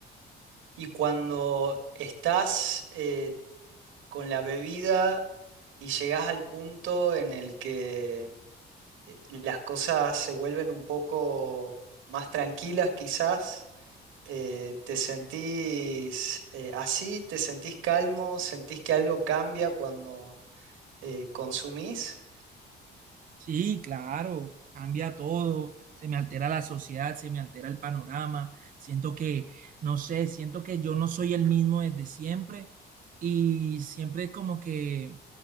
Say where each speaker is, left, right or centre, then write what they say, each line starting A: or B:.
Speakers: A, on the right (about 85°); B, on the right (about 45°).
A: Y cuando estás eh, con la bebida y llegas al punto en el que eh, las cosas se vuelven un poco más tranquilas, quizás. eh, ¿te sentís eh, así? ¿Te sentís calmo? ¿Sentís que algo cambia cuando eh, consumís?
B: Sí, claro, cambia todo, se me altera la sociedad, se me altera el panorama, siento que, no sé, siento que yo no soy el mismo desde siempre y siempre es como que,